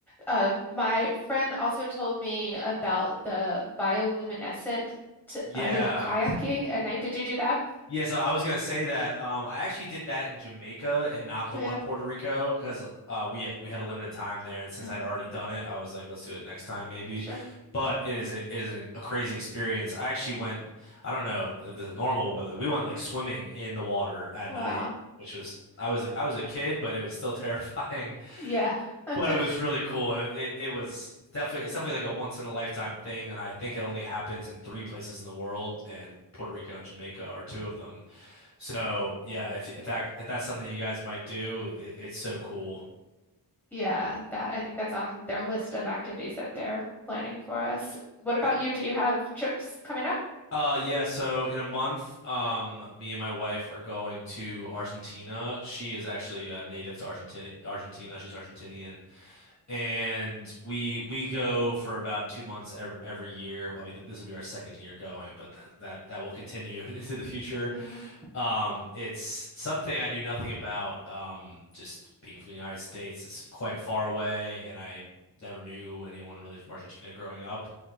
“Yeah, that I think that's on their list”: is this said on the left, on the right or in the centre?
Centre